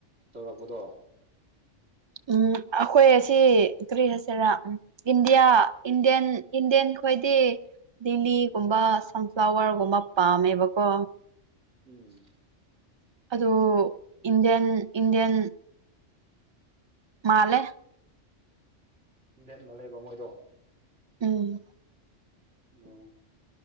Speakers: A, on the right; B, on the right.
A: ꯇꯧꯔꯛꯄꯗꯣ
B: ꯎꯝ ꯑꯩꯈꯣꯏ ꯑꯁꯤ ꯀ꯭ꯔꯤ ꯍꯥꯏꯁꯤꯔꯥ ꯎꯝ ꯏꯟꯗꯤꯌꯥ ꯏꯟꯗꯤꯌꯥꯟ ꯏꯟꯗꯤꯌꯥꯟ ꯈꯣꯏꯗꯤ ꯂꯤꯂꯤꯒꯨꯝꯕ ꯁꯟꯐ꯭ꯂꯥꯋꯔꯒꯨꯝꯕ ꯄꯥꯝꯃꯦꯕꯀꯣ
A: ꯎꯝ
B: ꯑꯣ ꯏꯟꯗꯤꯌꯟ ꯏꯟꯗꯤꯌꯟ ꯃꯥꯂꯦ
A: ꯏꯟꯚꯦꯟꯕ ꯂꯩꯕ ꯃꯣꯏꯗꯣ
B: ꯎꯝ
A: ꯑꯣ